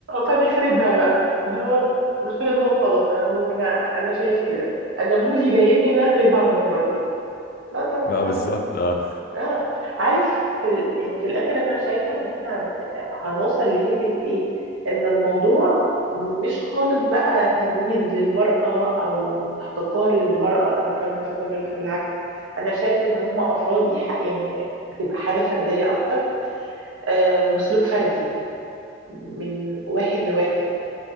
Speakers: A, on the right (about 80°); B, on the left (about 50°).
A: فنخربها بقى اللي هو نخربها وخلاص انا هو انا انا شايف كده انا موجي جايبني ان انا اخربها المره دي لا طبعا
B: بقى
A: غلط
B: بالظبط اه
A: اه عارف في ال... يعني في الاخر انا شايفه ان احنا هنوصل لحته ايه ان الموضوع مش خالص بقى تمييز للمرأة أو احتقار للمرأة أو الكلام ده كله لا بالعكس أنا شايفة إن هم أفراد دي ح- يعني بتبقى حاجة فردية أكتر آه، وسلوك فردي من واحد لواحد